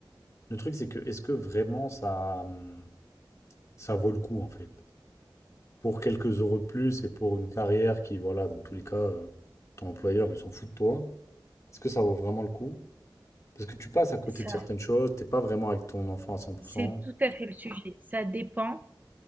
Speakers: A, on the left (about 35°); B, on the right (about 20°).
A: le truc, c'est que est-ce que vraiment ça, mmh, ça vaut le coup, en fait? Pour quelques euros de plus et pour une carrière qui, voilà, dans tous les cas, heu, ton employeur, il s'en fout de toi. Est-ce que ça vaut vraiment le coup? Parce que tu passes à côté
B: Ça,
A: de certaines choses, t'es pas vraiment avec ton enfant à cent pour
B: c'est
A: cent
B: tout à fait le sujet. Ça dépend